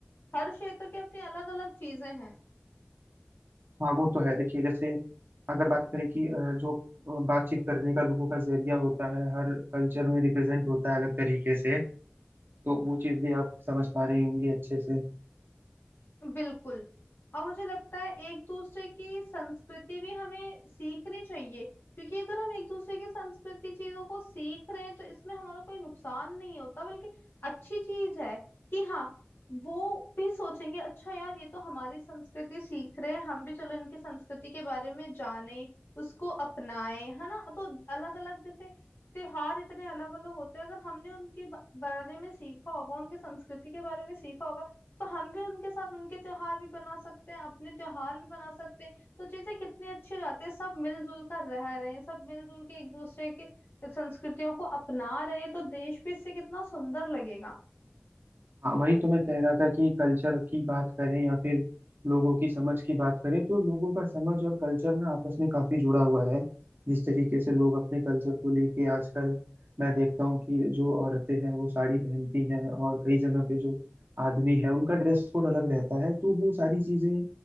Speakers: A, on the left; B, on the right.
A: हर क्षेत्र की अपनी अलग अलग चीजें हैं
B: हाँ वो तो है देखिए जैसे अगर बात करें कि अ, जो अ, बातचीत करने का लोगों का जरिया होता है हर कल्चर में रिप्रेजेंट होता है अलग तरीके से तो वो चीज भी आप समझ पा रही होंगी अच्छे से
A: बिल्कुल और मुझे लगता है एक दूसरे की संस्कृति भी हमें सीखनी चाहिए क्योंकि अगर हम एक दूसरे की संस्कृति चीजों को सीख रहे हैं तो इसमें हमारा कोई नुकसान नहीं होता बल्कि अच्छी चीज है कि हाँ वो भी सोचेंगे अच्छा यार ये तो हमारी संस्कृति सीख रहे हैं हम भी चलो इनकी संस्कृति के बारे में जाने उसको अपनाएं है ना तो अलग अलग जैसे त्योहार इतने अलग अलग होते हैं अगर हमने उनके बा- बारे में सीखा होगा उनकी संस्कृति के बारे में सीखा होगा तो हम भी उनके साथ उनके त्योहार भी बना सकते हैं अपने त्योहार भी बना सकते हैं तो चीजें कितनी अच्छी हो जाती है सब मिलजुल कर रह रहे हैं सब मिलजुल के एक दूसरे के संस्कृतियों को अपना रहे हैं तो देश भी इससे कितना सुंदर लगेगा
B: हाँ वही तो मैं कह रहा था कि कल्चर की बात करें या फिर लोगों की समझ की बात करें तो लोगों का समझ और कल्चर ना आपस में काफी जुड़ा हुआ है जिस तरीके से लोग अपने कल्चर को लेके आजकल मैं देखता हूँ कि जो औरतें हैं वो साड़ी पहनती हैं और कई जगह पे जो आदमी है उनका ड्रेस कोड अलग रहता है तो वो सारी चीजें